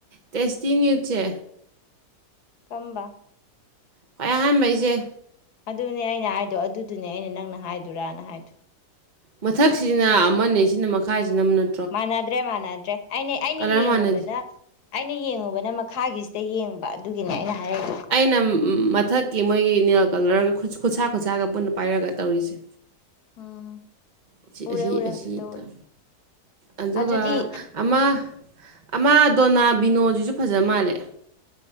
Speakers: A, on the right; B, on the left.
A: ꯇꯦꯁꯇꯤꯅ꯭ꯌꯨꯠꯁꯦ
B: ꯀꯝꯕ
A: ꯈ꯭ꯋꯥꯏ ꯑꯍꯥꯟꯕꯩꯁꯦ
B: ꯑꯗꯨꯅꯦ ꯑꯩꯅ ꯍꯥꯏꯗꯣ ꯑꯗꯨꯗꯨꯅꯦ ꯑꯩꯅ ꯅꯪꯅ ꯍꯥꯏꯗꯨꯔꯥꯅ ꯍꯥꯏꯗꯣ
A: ꯃꯊꯛꯁꯤꯅ ꯑꯃꯅꯤ ꯁꯤꯅ ꯃꯈꯥꯏꯁꯤꯅ ꯅꯝꯅ
B: ꯃꯥꯟꯅꯗ꯭ꯔꯦ ꯃꯥꯟꯅꯗ꯭ꯔꯦ ꯑꯩꯅ ꯑꯩꯅ
A: ꯀꯂꯔ
B: ꯌꯦꯡꯉꯨꯕꯅ
A: ꯃꯥꯟꯅꯗꯦ
B: ꯑꯩꯅ ꯌꯦꯡꯉꯨꯕꯅ ꯃꯈꯥꯒꯤ ꯗꯥ ꯌꯦꯡꯕ ꯑꯗꯨꯒꯤꯅꯦ ꯑꯩꯅ ꯍꯥꯏꯔꯛꯏꯗꯣ
A: ꯅꯝ ꯃꯊꯛ ꯀꯤ ꯃꯣꯏꯒꯤ ꯅꯦꯜ ꯀꯂꯔꯒ ꯈꯨꯠꯁꯥ ꯈꯨꯠꯁꯥꯒ ꯄꯨꯟꯅ ꯄꯥꯏꯔꯒ ꯇꯧꯔꯤꯁꯦ
B: ꯎꯝ
A: ꯑꯁꯤ ꯑꯁꯤ
B: ꯎꯔꯦ ꯎꯔꯦ
A: ꯑꯁꯤ
B: ꯍꯧꯖꯤꯛꯇ
A: ꯇꯧ-
B: ꯎꯔꯦ
A: ꯑꯗꯨꯒ
B: ꯑꯗꯨꯗꯤ
A: ꯑꯃ ꯑꯃ ꯗꯣꯅꯥ ꯕꯤꯅꯣꯖꯤꯁꯨ ꯐꯖ ꯃꯥꯜꯂꯦ